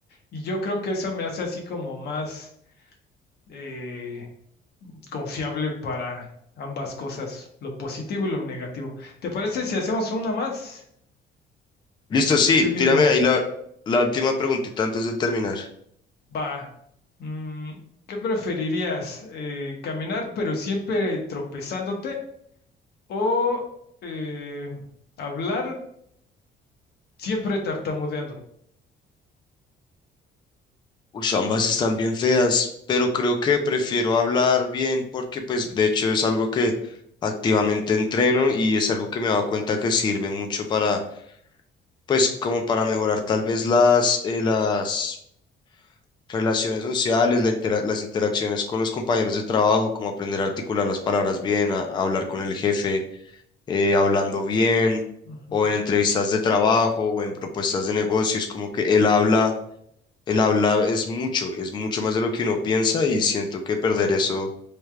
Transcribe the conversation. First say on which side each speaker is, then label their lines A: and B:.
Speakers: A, on the left; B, on the left.
A: Y yo creo que eso me hace así como más eh, confiable para ambas cosas, lo positivo y lo negativo. ¿Te parece si hacemos una más?
B: Listo, sí,
A: Te digo,
B: tírame ahí la, la última preguntita antes de terminar.
A: va, mm, ¿qué preferirías? Eh, ¿caminar pero siempre tropezándote o eh, hablar siempre tartamudeando?
B: Uy, ambas están bien feas, pero creo que prefiero hablar bien porque pues de hecho es algo que activamente entreno y es algo que me he dado cuenta que sirve mucho para pues como para mejorar tal vez las eh, las relaciones sociales, la intera- las interacciones con los compañeros de trabajo, como aprender a articular las palabras bien, a, a hablar con el jefe eh, hablando bien
A: Ajá.
B: o en entrevistas de trabajo o en propuestas de negocios, como que él habla el habla es mucho, es mucho más de lo que uno piensa y siento que perder eso